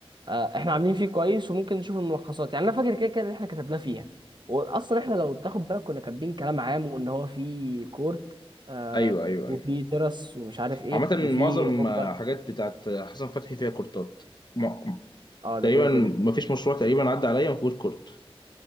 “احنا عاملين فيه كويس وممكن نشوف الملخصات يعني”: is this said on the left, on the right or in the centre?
Right